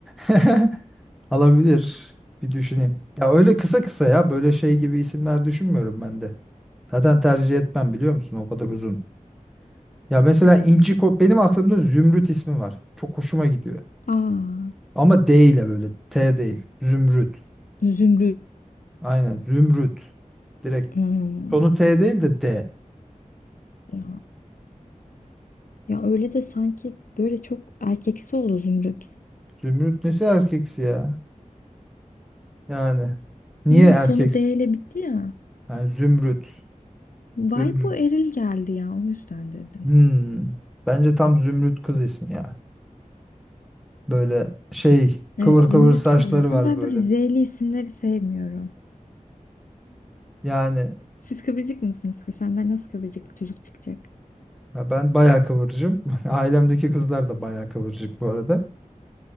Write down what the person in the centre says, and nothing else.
<laughs> Alabilir. Bir düşüneyim. Ya öyle kısa kısa ya böyle şey gibi isimler düşünmüyorum ben de. Zaten tercih etmem biliyor musun o kadar uzun. Ya mesela
İnci Ko- benim aklımda Zümrüt ismi var. Çok hoşuma gidiyor.
Ama D ile böyle T değil. Zümrüt.
Aynen Zümrüt. Direkt
Sonu T değil de D.
Zümrüt nesi erkeksi ya? Yani niye
erkeksi?
Yani zümrüt.
Zümrüt.
Hmm. Bence tam zümrüt kız ismi ya. Böyle şey kıvır
kıvır saçları
var
böyle.
Yani
ya ben bayağı kıvırcığım. <laughs> Ailemdeki kızlar da bayağı kıvırcık bu arada.